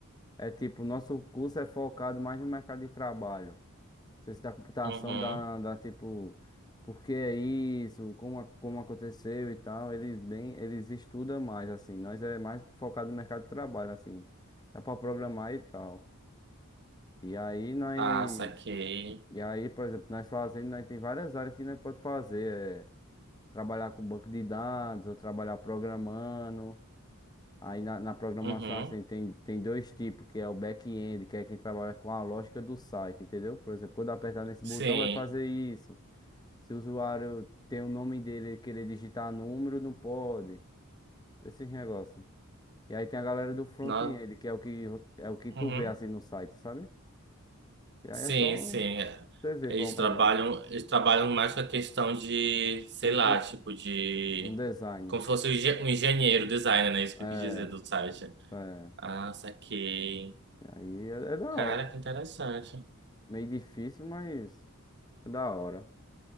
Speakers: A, on the left; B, on the right.
A: é tipo, nosso curso é focado mais no mercado de trabalho. Ciência da computação
B: Uhum.
A: dá, dá tipo, por que é isso, como, a- como aconteceu e tal. Eles bem, eles estudam mais, assim. Nós é mais focado no mercado de trabalho, assim. Dá pra programar e tal. E aí nós.
B: Ah, saquei.
A: E aí, por exemplo, nós fazendo, nós tem várias áreas que nós pode fazer. É trabalhar com banco de dados ou trabalhar programando. Aí na, na programação,
B: Uhum.
A: assim, tem, tem dois tipos, que é o back-end, que é quem trabalha com a lógica do site, entendeu? Por exemplo, quando eu apertar nesse
B: Sim.
A: botão, vai fazer isso. Se o usuário tem o nome dele e querer digitar número, não pode. Esses negócios. E aí tem a galera do front-end,
B: No...
A: que é o que é o que tu
B: Uhum.
A: vê assim no site, sabe? E aí
B: Sim,
A: é só
B: sim. é.
A: você ver
B: Eles
A: qual é o
B: trabalham,
A: melhor.
B: eles trabalham mais com a questão de, sei
A: Como
B: lá,
A: se fosse
B: tipo de.
A: um design.
B: Como se fosse um engen- um engenheiro, designer, né? Isso que
A: É,
B: eu quis dizer do site.
A: é.
B: Ah, saquei.
A: E aí é, é da
B: Cara,
A: hora.
B: que interessante.
A: Meio difícil, mas é da hora.